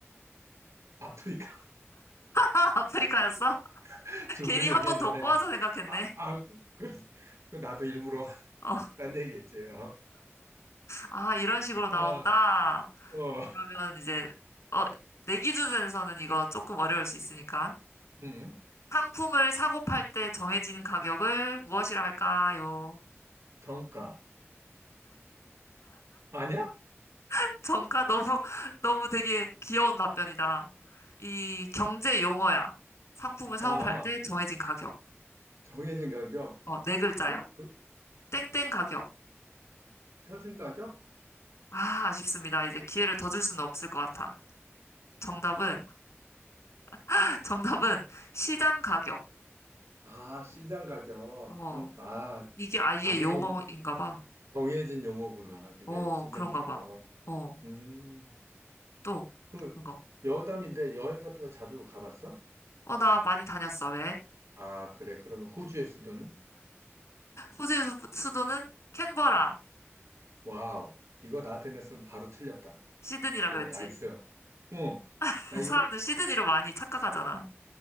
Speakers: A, on the right; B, on the left.
A: 아프리카.
B: <laughs> 아프리카였어?
A: <laughs>
B: <laughs>
A: 좀
B: 괜히
A: 전에
B: 한
A: 얘기했는데,
B: 번 더 꼬아서
A: 네.
B: 생각했네.
A: 아, 아, 그- 그러지. 그 나도 일부러 <laughs>
B: 어,
A: 딴 얘기했지. 어,
B: 아, 이런 식으로 나온다.
A: 어, 어.
B: 그러면 이제, 어, 내 기준에서는 이거 조금 어려울 수 있으니까.
A: 음,
B: 상품을 사고 팔 때 정해진 가격을 무엇이라 할까요?
A: 정가. 아니야?
B: <laughs> 정가 너무, 너무 되게 귀여운 답변이다. 이 경제 용어야. 상품을 사고
A: 아,
B: 팔 때 정해진 가격.
A: 정해진 가격.
B: 어, 네 글자야.
A: 어? 그,
B: 땡땡 가격.
A: 표준 가격?
B: 아, 아쉽습니다. 이제 기회를 더 줄 수는 없을 것 같아. 정답은, <laughs> 정답은 시장 가격.
A: 아, 시장 가격.
B: 어,
A: 그럼, 아,
B: 이게 아예
A: 아, 그게
B: 용어인가
A: 이제
B: 봐.
A: 정해진 용어구나. 그게
B: 어,
A: 시장
B: 그런가
A: 가격.
B: 봐. 어,
A: 음,
B: 또,
A: 그,
B: 그런 거.
A: 여담인데 여행 같은 거 자주 가봤어?
B: 어, 나 많이 다녔어. 왜?
A: 아, 그래. 그러면 호주의 수도는?
B: 호주의 수- 수도는 캔버라.
A: 와우. 이거 나한테 냈으면 바로 틀렸다.
B: 시드니라
A: 와,
B: 그랬지.
A: 나이스. 응.
B: <laughs>
A: 나 이거,
B: 사람들 시드니로 많이 착각하잖아.